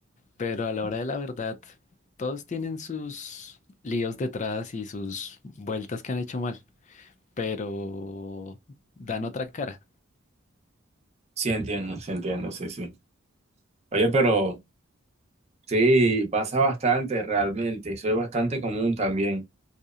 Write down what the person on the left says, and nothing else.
Pero a la hora de la verdad, todos tienen sus líos detrás y sus vueltas que han hecho mal, pero dan otra cara.